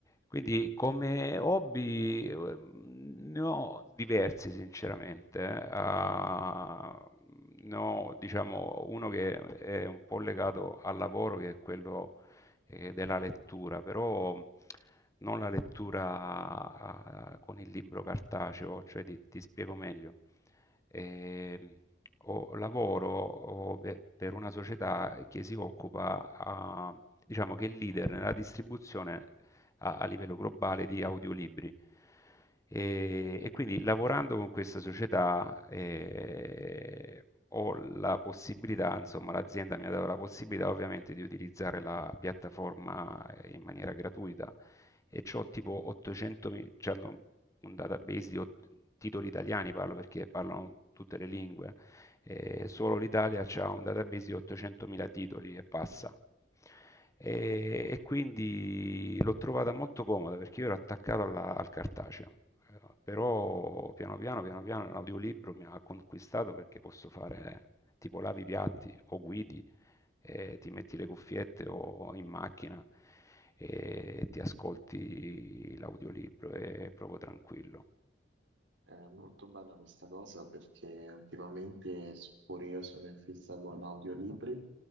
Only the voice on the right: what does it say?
Mhm.
Oh,
È molto bella questa cosa perché ultimamente s- pure io sono in fissa con audiolibri